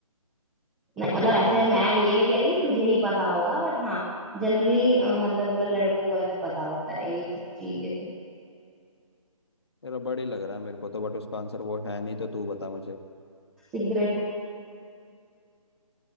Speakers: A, in the centre; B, on the left.
A: नहीं मतलब ऐसे
B: भाई मेरे को
A: मैं ये नहीं कह रही कि तुझे ही पता होगा बट हाँ जनरली मतलब लड़कों को ऐसे पता होता है ये सब चीजें तो
B: रबड़ ही लग रहा है मेरे को तो बट उसका आंसर वो है नहीं तो तू बता मुझे
A: सिगरेट